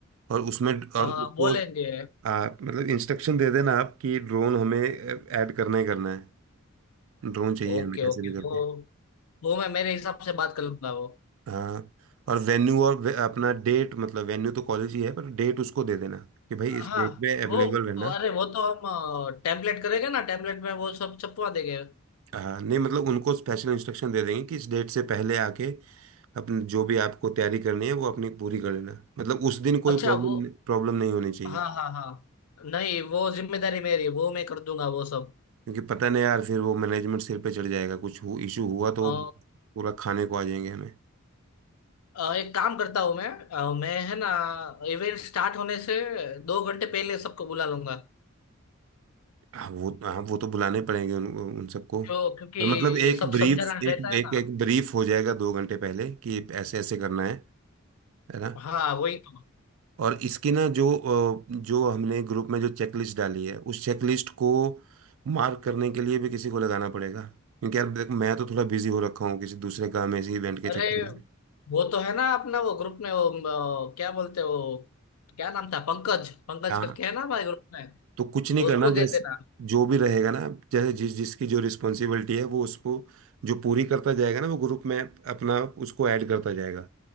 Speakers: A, on the right; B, on the left.
A: और उसमें
B: हाँ
A: और उसको
B: बोलेंगे
A: आ, मतलब इंस्ट्रक्शन दे देना आप कि ड्रोन हमें ऐड करना ही करना है ड्रोन चाहिए
B: ओके
A: हमें कैसे
B: ओके
A: भी करके
B: तो वो मैं मेरे हिसाब से बात कर लूंगा वो
A: हाँ और वेन्यू और वे- अपना डेट मतलब वेन्यू तो कॉलेज ही है पर डेट उसको दे देना कि भाई इस
B: हाँ
A: डेट पे अवेलेबल
B: वो
A: रहना
B: अरे वो तो हम टेम्पलेट करेंगे ना टेम्पलेट में वो सब छपवा देंगे
A: हाँ नहीं मतलब उनको स्पेशल इंस्ट्रक्शन दे देंगे कि इस डेट से पहले आके अपने जो भी आपको तैयारी करनी है वो अपनी पूरी कर लेना मतलब उस दिन कोई
B: अच्छा
A: प्रॉब्लम
B: वो
A: प्रॉब्लम नहीं होनी चाहिए
B: हाँ हाँ हाँ नहीं वो जिम्मेदारी मेरी है, वो मैं कर दूंगा वो सब
A: क्योंकि पता नहीं यार फिर वो मैनेजमेंट सिर पे चढ़ जाएगा कुछ हो, इशू हुआ तो
B: अ,
A: वो पूरा खाने को आ जाएंगे हमें
B: अ, एक काम करता हूँ मैं अ, मैं है ना इवेंट स्टार्ट होने से दो घंटे पहले सबको बुला लूंगा
A: हाँ वो हाँ वो तो बुलाने पड़ेंगे उन, उन सबको
B: तो क्योंकि
A: पर मतलब एक
B: सब
A: ब्रीफ
B: समझना
A: एक
B: रहता है
A: एक
B: ना
A: एक ब्रीफ हो जाएगा दो घंटे पहले कि ऐसे ऐसे करना है है ना
B: हाँ वही तो।
A: और इसकी ना जो अ, जो हमने ग्रुप में जो चेकलिस्ट डाली है उस चेकलिस्ट को मार्क करने के लिए भी किसी को लगाना पड़ेगा क्योंकि यार देख मैं तो थोड़ा बिजी हो रखा हूँ किसी दूसरे काम में इसी इवेंट के
B: अरे
A: चक्कर में
B: वो तो है ना अपना वो ग्रुप में वो अ, क्या बोलते हैं वो क्या नाम था पंकज पंकज
A: हाँ
B: करके है ना हमारे ग्रुप में
A: तो कुछ नहीं करना
B: उसको
A: जैसे
B: दे देना
A: जो भी रहेगा ना जैसे जिस जिसकी जो रिस्पॉन्सिबिलिटी है वो उसको जो पूरी करता जाएगा ना वो ग्रुप में अपना उसको ऐड करता जाएगा